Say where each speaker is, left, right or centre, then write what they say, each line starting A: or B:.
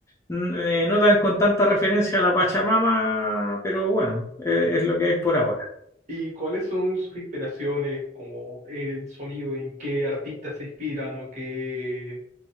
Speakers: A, on the left (about 15°); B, on the right (about 45°).
A: mm, eh, no tan con tanta referencia a la Pachamama, pero bueno, eh, es lo que hay por ahora.
B: ¿Y cuáles son sus inspiraciones, como el sonido, en qué artistas se inspiran o qué,